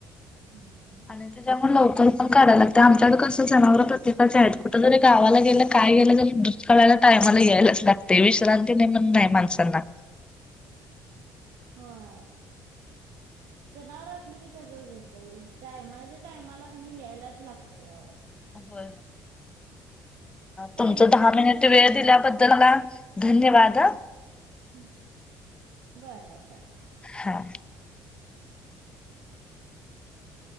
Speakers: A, on the right (about 80°); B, on the left (about 15°).
A: हम्म हं.
B: आणि त्याच्यामुळे लवकर पण काढाय लागतय, आमच्याकडं कसं जनावर प्रत्येकाचे आहेत, कुठं जरी गावाला गेलं काय गेलं तरी दुध काढायला टायमाला यायलाच लागतय, विश्रांती नाही म्हण नाही माणसांना.
A: होय, जनावरं असली की तसंच होतंय, टायमाचे टायमाला क नाही यायलाच लागतय अहो.
B: हो,
A: टायमिंग
B: तुमचं दहा
A: चुकून
B: मिनिट
A: चालत
B: वेळ
A: नाही
B: दिल्याबद्द
A: हो
B: दल ना धन्यवाद हं.
A: बर बर चालतंय.
B: हां.
A: चालतंय